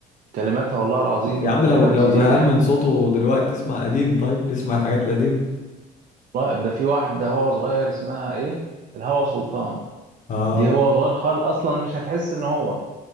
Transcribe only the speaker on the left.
يا عم
لو لو
زهقان
من صوته دلوقتي اسمع قديم طيب اسمع الحاجات القديمة
اه